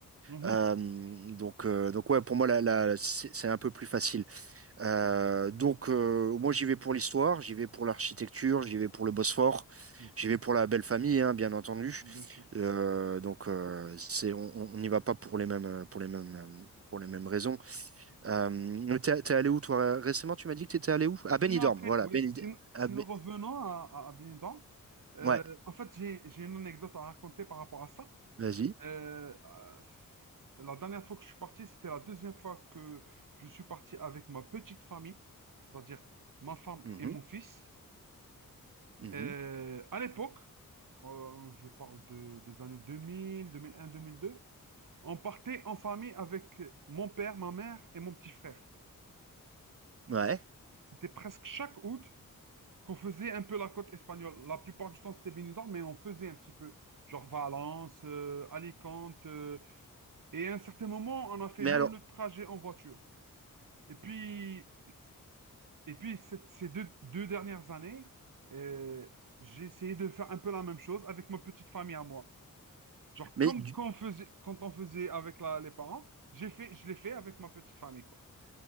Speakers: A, on the right; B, on the right.
A: mhm.
B: Euh, donc, euh, donc ouais, pour moi, la, la- c'est c'est un peu plus facile. Euh, donc, euh, moi, j'y vais pour l'histoire, j'y vais pour l'architecture, j'y vais pour le Bosphore,
A: Ok,
B: j'y vais pour la belle famille, hein, bien entendu.
A: bien sûr.
B: Euh, donc, euh, c'est, on on on n'y va pas pour les mêmes, euh, pour les mêmes, euh, pour les mêmes raisons. Euh, t'es, t'es allé où, toi, ré- récemment? Tu m'as dit que t'étais allé où? À
A: Sinon,
B: Benidorm,
A: après,
B: voilà.
A: oui,
B: Benid-
A: sinon, sinon
B: à Be-
A: revenons à, à, à Benidorm. Euh,
B: Ouais,
A: en fait, j'ai, j'ai une anecdote à raconter par rapport à ça.
B: vas-y.
A: Euh, euh, la dernière fois que je suis parti, c'était la deuxième fois que je suis parti avec ma petite famille, c'est-à-dire ma femme
B: Mhm,
A: et mon fils.
B: mhm.
A: Euh, à l'époque, euh, je parle de, des années deux deux mille, deux mille un, deux mille deux. On partait en famille avec mon père, ma mère et mon petit frère.
B: Ouais.
A: C'était presque chaque août qu'on faisait un peu la côte espagnole. La plupart du temps, c'était Benidorm, mais on faisait un petit peu. Genre Valence, euh, Alicante. euh, et à un certain moment, on a fait
B: Mais
A: même
B: alors,
A: le trajet en voiture. Et puis, et puis cette- ces deux, deux dernières années, euh, j'ai essayé de faire un peu la même chose avec ma petite famille à moi. Genre
B: mais
A: comme
B: du,
A: quand on faisait, quand on faisait avec la- les parents, j'ai fait, je l'ai fait avec ma petite famille, quoi.